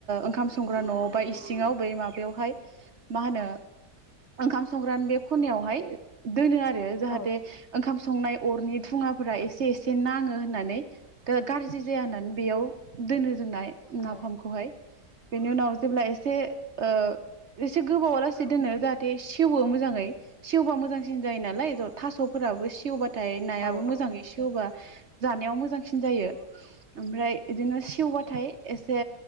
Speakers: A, on the right (about 50°); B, on the left (about 60°).
A: ओंखाम संग्रा न'आव बा इसिङाव बै माबायावहाय मा होनो ओंखाम संग्रानो बे खनायावहाय दोनो आरो जाहाथे
B: औ
A: ओंखाम संनाय अरनि धुं ङाफोरा एसे एसे नाङो होननानै गाज्रि जाया होननानै बेयाव दोनो जोंना नाफामखौहाय
B: औ
A: बेनि उनाव जेब्ला एसे ओ एसे गोबावा लासि दोनो जाहाथ बे सेवो मोजाङै सेवबा मोजांसिन जायो नालाय थास'फोराबो सेवबा थाय नायाबो
B: औ नंगौ
A: मोजां सेवबा जानायाव मोजांसिन जायो। ओमफ्राय बिदिनो सेवबाथाय एसे